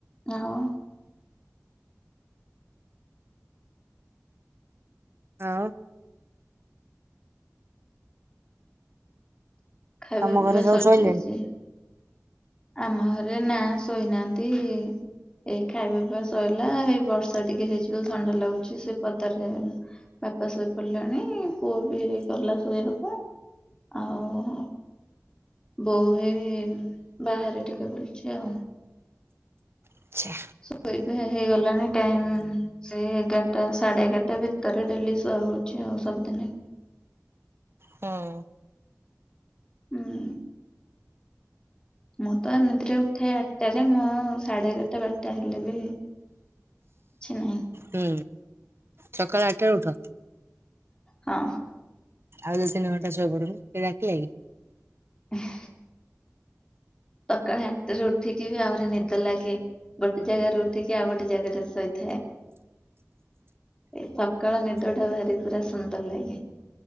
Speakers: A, on the left; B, on the right.
A: ଆଉ
B: ହଁ।
A: ଖାଇବା
B: ତମ
A: ପିଇବା
B: ଘରେ ସବୁ
A: ସରିଯାଇଛି।
B: ଶୋଇଲେଣି?
A: ଆମ ଘରେ ନା ଶୋଇନାହାନ୍ତି। ଏଇ ଖାଇବା ପିଇବା ସଇଲା ଏଇ ବର୍ଷା ଟିକେ ହେଇଛି ବୋଲି ଥଣ୍ଡା ଲାଗୁଛି ସେ ପଦାରେ ବାପା ଶୋଇପଡ଼ିଲାଣି ପୁଅ ବି ଗଲା ଶୋଇବାକୁ। ଆଉ ବୋଉ ହେଇ ବାହାରେ ଟିକେ ବୁଲଚି ଆଉ।
B: ଆଚ୍ଛା।
A: ଶ ବା ପା ହେଇଗଲାଣି ଟାଇମ। ସେଇ ଏଗାରଟା ସାଢେ ଏଗାରଟା ଭିତରେ ଡେଲି ଶୁଆ ହଉଛି ଆଉ ସବୁଦିନେ।
B: ହଁ।
A: ହୁଁ ମୁଁ ତ ଏମିତିରେ ଉଠେ ଆଠଟାରେ ମୋ ସାଢେ ଏଗାରଟା ବାରଟା ହେଲେ ବି କିଛି ନାହିଁ।
B: ହୁଁ ସକାଳ ଆଠ ଟାରେ ଉଠନ୍ତି।
A: ହଁ।
B: ଆଉ ଦି ତିନି ଘଣ୍ଟା ଶୋଇ ପଡୁନୁ କିଏ ଡାକିଲା କି?
A: ହୁଁ ସକାଳେ ଆଠରେ ଉଠିକି ବି ଆହୁରି ନିଦ ଲାଗେ। ଗୋଟେ ଜାଗାରେ ଉଠିକି ଆଉ ଗୋଟେ ଜାଗାରେ ଶୋଇଥାଏ। ଏ ସକାଳ ନିଦଟା ଭାରି ପୁରା ସୁନ୍ଦର ଲାଗେ।